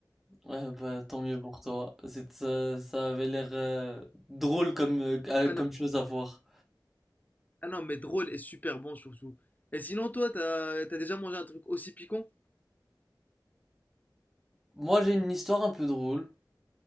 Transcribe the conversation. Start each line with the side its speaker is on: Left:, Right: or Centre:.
Centre: Ouais, bah tant mieux pour toi. C'est, ça, ça avait l'air euh, drôle comme, euh, euh,
Left: Ah
Centre: comme
Left: non,
Centre: chose à voir.
Left: ah non, mais drôle et super bon surtout. Et sinon, toi, t'as, t'as déjà mangé un truc aussi piquant?
Centre: Moi, j'ai une histoire un peu drôle.